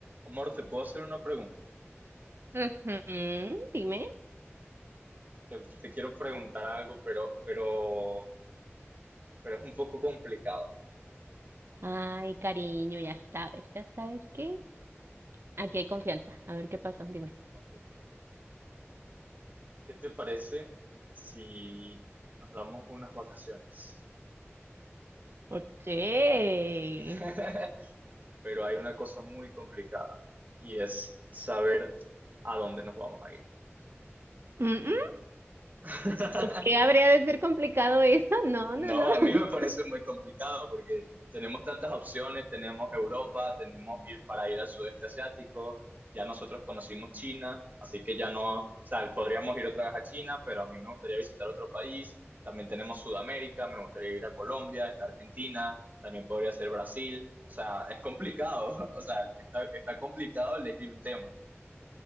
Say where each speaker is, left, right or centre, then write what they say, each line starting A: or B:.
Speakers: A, on the right; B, on the right.
A: Amor, te puedo hacer una pregunta.
B: Ujú, Dime.
A: Te, te quiero preguntar algo, pero, pero, pero es un poco complicado.
B: Ay, cariño, ya sabes, ya sabes que aquí hay confianza. A ver qué pasó, dime.
A: Ok. ¿Qué te parece si nos damos unas vacaciones?
B: Okay.
A: <laughs> Pero hay una cosa muy complicada y es saber a dónde nos vamos a ir.
B: Mm,
A: <laughs>
B: ¿Por qué habría de ser complicado eso? No,
A: No,
B: no, no.
A: a
B: <laughs>
A: mí me parece muy complicado porque tenemos tantas opciones, tenemos Europa, tenemos ir para ir al sudeste asiático, ya nosotros conocimos China, así que ya no, o sea, podríamos ir otra vez a China, pero a mí me gustaría visitar otro país, también tenemos Sudamérica, me gustaría ir a Colombia, está Argentina, también podría ser Brasil, o sea, es complicado, <laughs> o sea, está, está complicado elegir un tema.